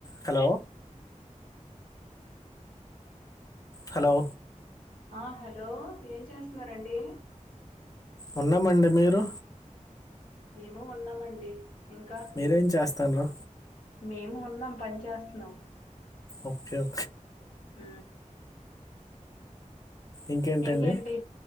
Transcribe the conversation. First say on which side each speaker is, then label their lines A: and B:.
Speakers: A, on the left; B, on the left.
A: Hello hello
B: ఆ hello ఏం చేస్తున్నండి
A: ఉన్నామండి మీరు
B: మేము ఉన్నామండి ఇంకా
A: మీరేం చేస్తాన్రు
B: మేము ఉన్నాం పని చేస్తున్నాం
A: ఓకే ఓకే
B: ఆ
A: ఇంకేంటండి
B: ఇంకేంటి